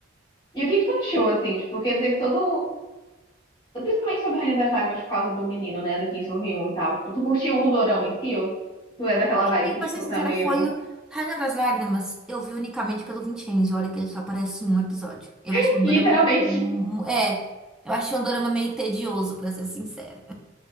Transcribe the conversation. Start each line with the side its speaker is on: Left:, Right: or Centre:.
Left: E o que que tu achou, assim? Tipo, porque teve todo. Principalmente sobre Rainha das Lágrimas por causa do menino, né? Do Kim So-hyun e tal. Tipo, tu curtiu o dorama em si? Ou tu é daquela vibe
Centre: E
Left: que,
Centre: pra
Left: tipo,
Centre: ser sincera,
Left: tá meio.
Centre: foi o Rainha das Lágrimas. Eu vi unicamente pelo Vincenzo, olha que ele só aparece em um episódio. Eu
Left: <laughs>
Centre: achei um
Left: Literalmente.
Centre: dorama. um- um- É, eu achei um dorama meio tedioso, pra ser sincera.